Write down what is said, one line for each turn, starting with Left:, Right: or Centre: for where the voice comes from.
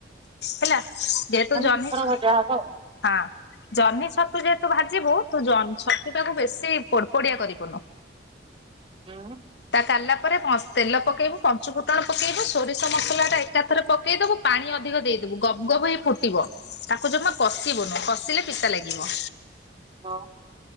Left: ହେଲା ଯେହେତୁ
Right: ମାନେ
Left: ଜହ୍ନି
Right: ଦିଥର
Left: ଛ
Right: ଭଜା ହବ ଆଉ।
Left: ହଁ। ଜହ୍ନି ଛତୁ ଯେହେତୁ ଭାଜିବୁ ତୁ ଜନ୍ ଛତୁଟାକୁ ବେଶୀ ପୋଡ ପୋଡିଆ କରିବୁନୁ।
Right: ଉଁ
Left: ତା କାଡଲା ପରେ ପସ୍ ତେଲ ପକେଇବୁ ପଞ୍ଚୁ ଫୁ ଫୁଟଣ ପକେଇବୁ ସୋରିଷ ମସଲାଟା ଏକାଥରେ ପକେଇଦୋବୁ ପାଣି ଅଧିକ ଦେଇଦୋବୁ ଗବ ଗବ ହେଇ ଫୁଟିବ। ତାକୁ ଜମା କଷିିବୁନୁ କଷିଲେ ପିତା ଲାଗିବ।
Right: ହଁ।